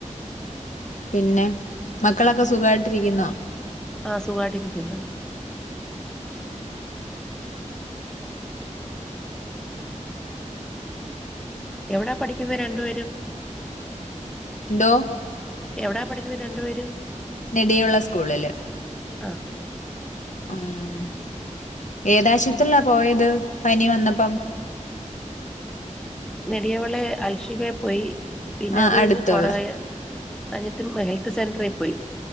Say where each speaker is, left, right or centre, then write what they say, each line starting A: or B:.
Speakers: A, on the left (about 70°); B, in the centre.
A: പിന്നെ മക്കളൊക്കെ സുഖായിട്ടിരിക്കുന്നോ
B: ആ സുഖായിട്ടിരിക്കുന്നു എവിടാ പഠിക്കുന്നത് രണ്ടു പേരും
A: എന്തോ
B: എവിടാ പഠിക്കുന്നത് രണ്ടു പേരും
A: നെടിവിള സ്കൂളില്
B: ആ
A: മം ഏതാശുപത്രില പോയത് പനി വന്നപ്പം
B: നെടിയവിളെ അൽഷിബേ പോയി പിന്നെ
A: ആഹ്
B: അത് കഴിഞ്ഞ്
A: അടുത്തുള്ള
B: കൊറയാ കൊറയാഞ്ഞിട്ടും ഹെൽത്ത് സെന്ററിൽ പോയി